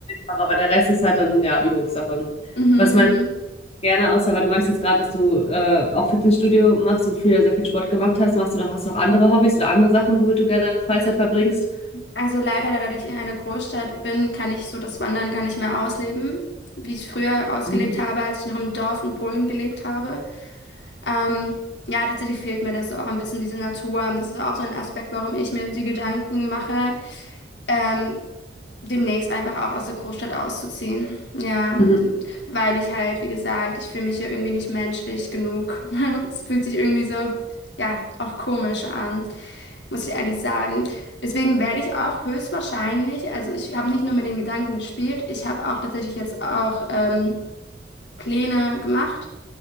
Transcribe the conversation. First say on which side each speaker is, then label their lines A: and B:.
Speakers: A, on the left (about 35°); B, on the left (about 75°).
A: einfach, aber der Rest ist halt dann ja Übungssache.
B: Mhm,
A: Was meinst
B: mhm.
A: du gerne, außer weil du meinst jetzt gerade, dass du äh, auch Fitnessstudio machst und früher sehr viel Sport gemacht hast, machst du noch, hast du noch andere Hobbys oder andere Sachen, womit du gerne deine Freizeit verbringst?
B: Also leider, da ich in einer Großstadt bin, kann ich so das Wandern gar nicht mehr ausleben, wie ich es früher ausgelebt
A: Mhm.
B: habe, als ich noch im Dorf in Polen gelebt habe. Ähm, ja, tatsächlich fehlt mir das so auch ein bisschen diese Natur. Das ist auch so ein Aspekt, warum ich mir die Gedanken mache, ähm, demnächst einfach auch aus der Großstadt auszuziehen. Ja,
A: Mhm.
B: weil ich halt, wie gesagt, ich fühle mich ja irgendwie nicht menschlich genug. <laughs> Es fühlt sich irgendwie so, ja, auch komisch an, muss ich ehrlich sagen. Deswegen werde ich auch höchstwahrscheinlich, also ich habe nicht nur mit den Gedanken gespielt, ich habe auch tatsächlich jetzt auch ähm, Pläne gemacht